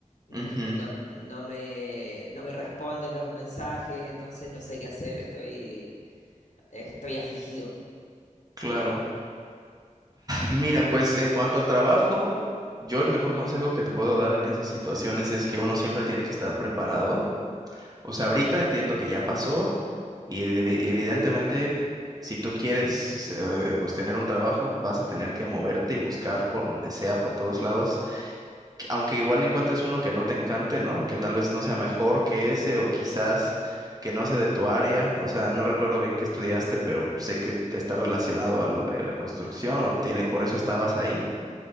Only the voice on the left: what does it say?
No,
no me, no me responden los mensajes, entonces no sé qué hacer. Estoy, Estoy afligido.